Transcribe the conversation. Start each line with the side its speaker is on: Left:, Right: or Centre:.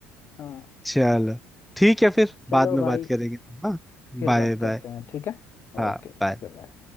Left: हाँ
Centre: चलो ठीक है फिर बाद
Left: चलो
Centre: में
Left: भाई
Centre: बात करेंगे हाँ
Left: फिर
Centre: बाय
Left: बात
Centre: बाय
Left: करते हैं ठीक है
Centre: हाँ
Left: ओके
Centre: bye।
Left: बाय